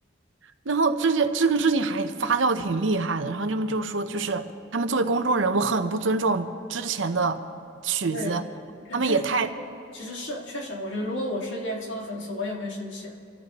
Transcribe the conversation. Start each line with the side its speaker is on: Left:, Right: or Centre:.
Right: 然后这些这个事情还发酵挺厉害的，然后他们就说，就是他们作为公众人物很不尊重之前的曲子，
Left: 对呀、确确实，
Right: 他们也太
Left: 其实是确实，我觉得如果我是 EXO 的粉丝，我也会生气。